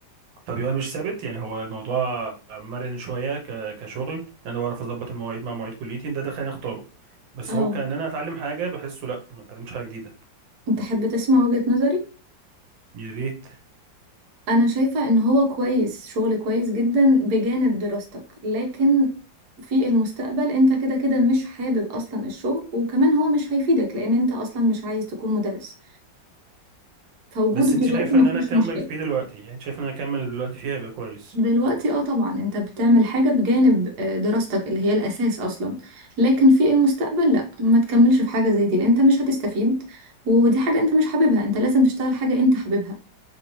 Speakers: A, on the right (about 85°); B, on the right (about 65°).
A: طب يبقى مش ثابت يعني هو الموضوع مرن شويه ك- كشغل انا بعرف اظبط المواعيد مع مواعيد كليتي ده ده خليني اختاره بس
B: اه
A: هو كان انا اتعلم حاجه بحسه لا ما اتعلمتش حاجه جديده
B: تحب تسمع وجهة نظري
A: يا ريت
B: انا شايفة ان هو كويس شغل كويس جدا بجانب دراستك لكن في المستقبل انت كده كده مش حابب اصلا الشغل وكمان هو مش هيفيدك لان انت اصلا مش عايز تكون مدرس فوجوده
A: بس انت
B: دلوقتي
A: شايفه
B: ما
A: ان
B: فيهوش
A: انا اكمل
B: مشكلة
A: فيه دلوقتي يعني انت شايفه ان انا اكمل دلوقتي فيها يبقى كويس
B: دلوقتي اه طبعا انت بتعمل حاجة بجانب آه، دراستك اللي هي الاساس اصلا لكن في المستقبل لا ما تكملش في حاجة زي دي لان انت مش هتستفيد ودي حاجة انت مش حاببها انت لازم تشتغل حاجة انت حاببها